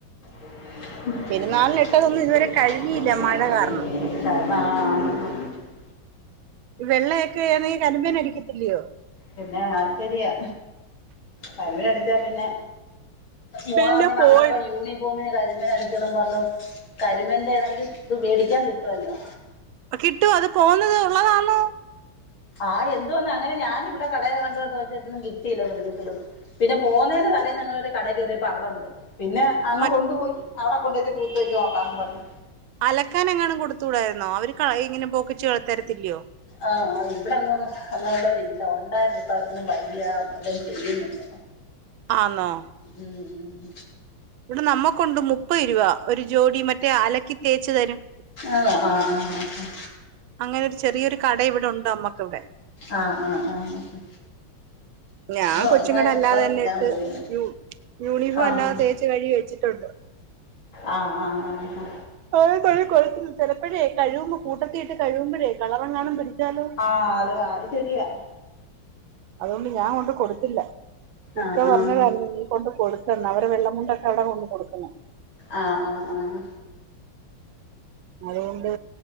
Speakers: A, on the left; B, on the right.
A: <unintelligible>
B: പെരുന്നാളിനിട്ടതൊന്നും ഇതുവരെ കഴുകിയില്ല
A: <inaudible>
B: മഴ കാരണം ഈ വെള്ളയൊക്കെ ആണെങ്കിൽ കരിമ്പേൻടിക്കത്തില്ലയോ
A: പിന്നെ ശരിയാ കരിമൻ അടിച്ചാ പിന്നെ മോളാണ
B: പിന്നെ
A: വന്നപ്പോ
B: പോയി
A: യൂണിയ ഭൂമിനെ കരിമൻ അനിച്ചണം പറഞ്ഞു കരിമൻന്റെ ഒരു ഇത്പേടിക്കാൻ കിട്ടുമല്ലോ
B: കിട്ടു അത് പോന്നത് ഉള്ളതാണോ
A: ആഹ് എന്തു വന്നാ അങ്ങനെ ഞാനിവിടെ കടയെ കണ്ടന്ന്ച്ചിട്ടൊന്നും കിട്ടിയില്ല മടിക്കത്തും പിന്നെ പോന്നതിന്റെ തലേൽ ഞങ്ങളൊരു കട കയറിയപ്പ അവിടെ ഉണ്ട് പിന്നെ അങ്
B: മ
A: കൊണ്ടുപോയി അവിടെ കൊണ്ട്വച്ച് കൂത്ത് വെച്ച നോക്കാന്ന് പറഞ്ഞു
B: അലക്കാൻ എങ്ങനും കൊടുത്തുടായിരുന്നോ അവര് കള ഇങ്ങനെ പോക്കി ചേളത്തരത്തില്ലയോ
A: ആഹ് ഇവിടെ അങ്ങ് അങ്ങെ ഉുള്ളവരില്ല ഉണ്ടായിരുന്നു ഇപ്പൾ അവർക്കൊന്നും വയ്യ ഇതും ചെയ്യുന്നില്ല
B: ആന്നോ
A: ഉം ഉം
B: ഇവിടെ നമ്മക്കൊണ്ട് മുപ്പത് രൂപ ഒരു ജോഡി മറ്റേ അലക്കി തേച്ച്തരും
A: ആഹ് ആഹ് ആ ഹ്ആ ഹ്
B: അങ്ങനെ ഒരു ചെറിയൊരു കട ഇവിടെ ഉണ്ട് നമ്മക്കിവിടെ
A: ആഹ് ആഹ് ആഹ് ആഹ്.
B: ഞാൻ
A: ഇവിടെ
B: കൊച്ചുംങ്ങടെ
A: ഉണ്ടായിരുന്നു
B: അല്ലാതെ
A: ഇപ്പം
B: ഞാൻ
A: എല്ലാം
B: കൊച്ചുങ്ങടെ അല്ലാതെ
A: പോയി അങ്ങനെ
B: തന്നെ ഇട്ട് യൂയൂണിഫോം
A: ആഹ്
B: അല്ലാതെ തേച്ച് കഴുകി വെച്ചിട്ടുണ്ട്
A: ആഹ് ആഹ്ആഹ് ഹ
B: കൊഴ തൊഴി കൊഴുക്കുന്നു ചിലപ്പോഴേ കഴുകുമ്പോ കൂട്ടത്തിയിട്ട് കഴുകുമ്പോഴേ കളറങ്ങാനും പിടിച്ചാലോ
A: ആഹ് അത് അത് ശെരിയാ
B: അതുകൊണ്ട് ഞാൻ കൊണ്ട് കൊടുത്തില്ല ഇക്കാ
A: ആഹ് ആഹ്
B: പറഞ്ഞായിരുന്നു നീ കൊണ്ട് കൊടുക്കണ്ട. അവരെ വെള്ള മുണ്ടൊക്കെ അവടാ കൊണ്ട്‌ കൊടുക്കുന്നെ.
A: ആഹ് ആഹ്ആഹ്
B: അതുകൊണ്ട്